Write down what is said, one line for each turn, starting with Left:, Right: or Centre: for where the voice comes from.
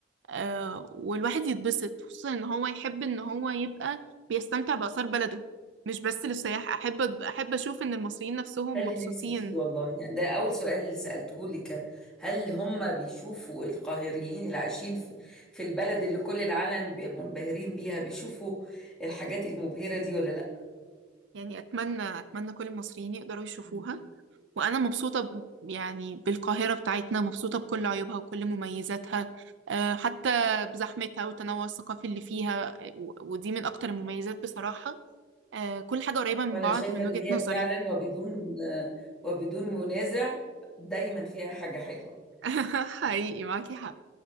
Right: آه والواحد يتبسط خصوصا ان هو يحب ان هو يبقى بيستمتع بآثار بلده مش بس للسياح احب احب اشوف ان المصريين نفسهم
Centre: ده اللي
Right: مبسوطين
Centre: نفسي فيه والله يعني ده أول سؤال سألته لك هل هم بيشوفوا القاهريين اللي عايشين في, في البلد اللي كل العالم بي- منبهرين بيها بيشوفوا الحاجات المبهرة دي ولا لا
Right: يعني اتمنى اتمنى كل المصريين يقدروا يشوفوها
Centre: مم.
Right: وانا مبسوطة ب- يعني بالقاهرة بتاعتنا مبسوطة بكل عيوبها وكل مميزاتها آه حتى بزحمتها والتنوع الثقافي اللي فيها و- ودي من اكتر المميزات بصراحة آه كل حاجة قريبة من
Centre: وأنا
Right: بعض
Centre: شايفة
Right: من
Centre: إن
Right: وجهة
Centre: هي
Right: نظري
Centre: فعلا وبدون وبدون منازع دايما فيها حاجة حلوة
Right: <laughs> حقيقي معاكي حق